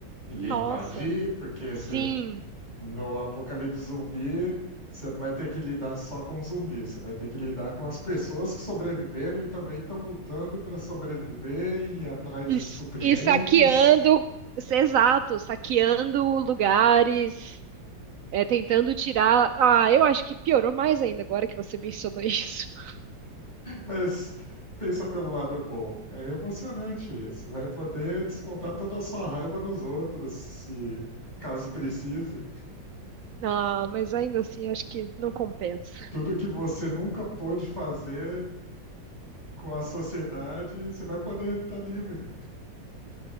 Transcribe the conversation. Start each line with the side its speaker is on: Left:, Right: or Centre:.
Left: ninguém
Right: Nossa,
Left: invadir, porque
Right: sim,
Left: se- no apocalipse zumbi você não vai ter que lidar só com zumbi, você vai ter que lidar com as pessoas que sobreviveram e também estão lutando para sobreviver e ir atrás
Right: e,
Left: de
Right: s-
Left: suprimentos.
Right: e saqueando, s- exato, saqueando lugares, é, tentando tirar. Ah, eu acho que piorou mais ainda agora que você mencionou isso. <laughs>
Left: Mas pensa pelo lado bom. É emocionante isso. Vai poder descontar toda a sua raiva nos outros, se caso precise.
Right: Ah, mas ainda assim, acho que não compensa.
Left: Tudo que você nunca pôde fazer com a sociedade, você vai poder estar livre.